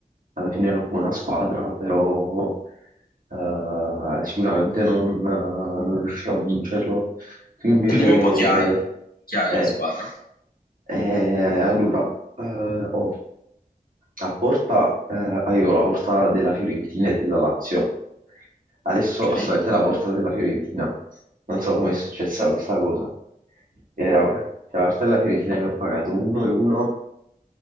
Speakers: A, on the right (about 65°); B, on the left (about 75°).
A: alla fine è una buona squadra, però eh, sicuramente non, eh, non riuscirò a vincerlo. Tu invece...
B: E dimmi un po' chi hai, chi hai
A: Eh,
B: in squadra?
A: eh, allora, eh, oh, a Porta eh, avevo la porta della Fiorentina e della Lazio. Adesso
B: Ok.
A: ho solamente la porta della Fiorentina. Non so come è successa questa cosa. Era, c'è la porta della Fiorentina che ho pagato 1 e 1,